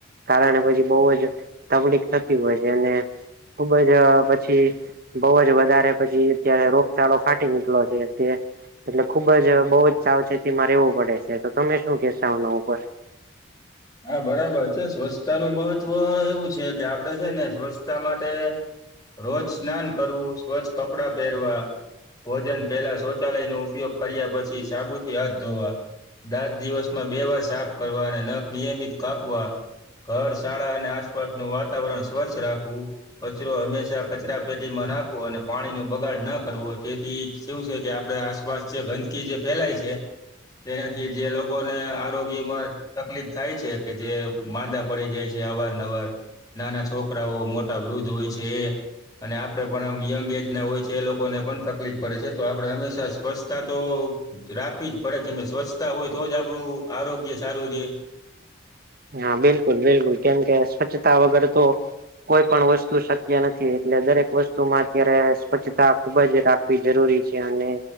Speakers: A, on the right (about 45°); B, on the left (about 20°).
A: કારણે પછી બહુ જ તકલીફ થતી હોય છે અને ખુબ જ પછી બઉ જ વધારે પછી અત્યારે રોગચાળો ફાટી નીકળ્યો છે તે એટલે ખુબ જ બઉુ જ સાવચેતીમાં રહેવું પડે છે તો તમે શું કેશો આના ઉપર
B: હા બરાબર છે સ્વચ્છતા નું મહત્વ એવું છે કે આપડે છે ને સ્વચ્છતા માટે રોજ સ્નાન કરવું સ્વચ્છ કપડાં પહેરવા ભોજન પહેલા શૌચાલયનો ઉપયોગ કર્યા પછી સાબુથી હાથ ધોવા દાંત દિવસમાં બે વાર સાફ કરવા અને નખ નિયમિત કાપવા ઘર શાળા અને આસપાસ નું વાતાવરણ સ્વચ્છ રાખવું કચરો હંમેશા કચરા પેટીમાં નાખવો અને પાણી નો બગાડ ના કરવો તેથી શું છે કે આપે આસપાસ જે ગંદકી જે ફેલાય છે તેનાથી જે લોકોને આરોગ્યમાં તકલીફ. થાય છે કે જે માંદા પડી જાય છે અવરનવર. નાના છોકરાઓ મોટા વૃદ્ધ હોય છે. અને આપડણે પણ આમ યંગ એજ ના હોય છે એ લોકોને પણ તકલીફ પડે છે તો આપણેે હંમેશા સ્વચ્છતા તો. રાખવીજ પડે ત સ્વચ્છતા હોય તોજ આપડું આરોગ્ય સારું રે.
A: હા બિલકુલ બિલકુલ કેમ કે સ્વચ્છતા વગર તો. કોઈ પણ વસ્તુ શક્ય નથી એટલે દરેક વસ્તુમાં અત્યારે સ્વચ્છતા. ખુબજ રાખવી જરૂરી છે અને.